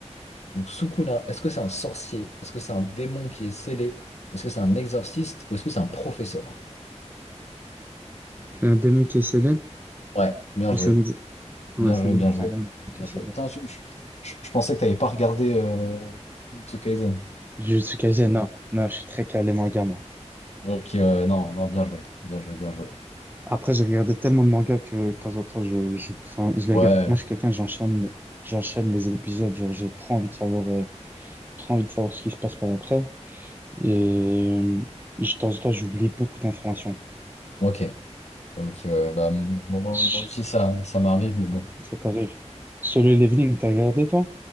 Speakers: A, on the left; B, on the right.
A: Donc Sukuna, est-ce que c'est un sorcier? Est-ce que c'est un démon qui est scellé? Est-ce que c'est un exorciste ou est-ce que c'est un professeur?
B: C'est un démon qui est célèbre
A: Ouais, bien
B: ou
A: joué,
B: c'est un ex... Ouais,
A: bien
B: c'est
A: joué,
B: un démon.
A: bien
B: C'est
A: joué,
B: un démon qui
A: bien
B: est célèbre.
A: joué. Putain, je, je- je- je pensais que t'avais pas regardé euh, Jujutsu Kaisen.
B: Je suis non. Non, je suis très calé manga, moi.
A: Ok, ouais, ouais, non, non, bien joué, bien joué, bien joué.
B: Après, j'ai regardé tellement de mangas que de temps en temps, je, je, enfin, je les
A: Ouais,
B: regarde. Moi, je suis quelqu'un, j'enchaîne, j'enchaîne les épisodes. Genre, j'ai trop envie de savoir, euh, trop envie de savoir ce qui se passe par après. Et euh, de temps en temps, j'oublie beaucoup d'informations.
A: ok, ok, ouais, bah m- moi, moi-
B: Ça
A: moi aussi ça, ça m'arrive, mais bon.
B: t'arrive. Solo Leveling, t'as regardé, toi?